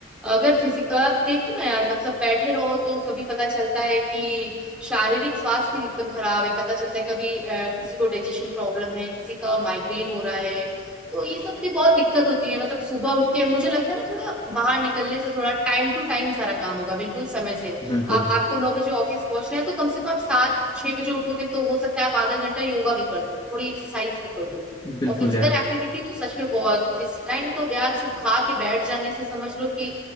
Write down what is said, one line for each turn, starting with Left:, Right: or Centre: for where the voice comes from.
Centre: अगर फिजिकल देखो ना यार मतलब बैठे रहो तो कभी पता चलता है कि शारीरिक स्वास्थ्य एकदम खराब है पता चलता है कभी अ, किसी को डाइजेशन प्रॉब्लम है किसी का माइग्रेन हो रहा है तो ये सब पे बहुत दिक्कत होती है मतलब सुबह उठ के मुझे लगता है ना थोड़ा बाहर निकलने से थोड़ा टाइम टू टाइम सारा काम होगा बिल्कुल समय से
Left: बिल्कुल
Centre: आप आपको नौ बजे ऑफिस पहुंचना है तो कम से कम आप सात छह बजे उठोगे तो हो सकता है आप आधा घंटा योगा भी कर लो थोड़ी एक्सरसाइज भी कर लो
Left: बिल्कुल
Centre: और फिजिकल
Left: यार
Centre: एक्टिविटी तो सच में बहुत इस टाइम तो यार सिर्फ खा के बैठ जाने से समझ लो कि